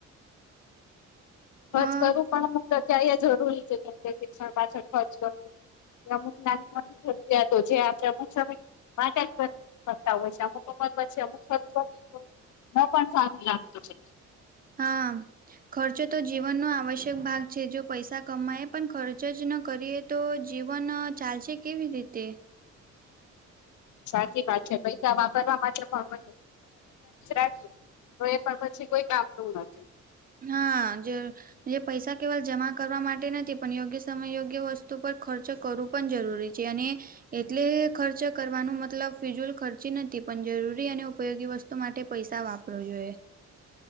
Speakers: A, on the right; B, on the left.
A: અ
B: ખર્ચ કરવું પણ જરૂરી છે કેમ કે શિક્ષણ પાછળ ખર્ચ કરવું. અમુક નાની જરૂરિયાતો જે આપણે અમુક સમય માટે જરી કરતા હોય છે અમુક અમર અમુક <unintelligible> હા પણ સારું લાગતો હતો.
A: હા. ખર્ચો તો જીવનનો આવશ્યક ભાગ છે જો પૈસા કમાય પણ ખર્ચ જ ન કરીએ. તો જીવન ચાલશે કેવી રીતે?
B: સાચી વાત છે પૈસા વાપરવા માટે પણ હોશે. તો એ પણ પછી કોઈ કામ ન નથી.
A: હા જ પૈસા કેવલ જમા કરવા માટે નથી પણ યોગ્ય સમય યોગ્ય વસ્તુ પર ખર્ચ કરું. પણ જરૂરી છે અને એટલે ખર્ચ કરવાનો મતલબ ફિઝુલ ખર્ચી નથી પણ જરૂરી અને ઉપયોગી વસ્તુ માટે પૈસા વાપર આપો જોઈએ.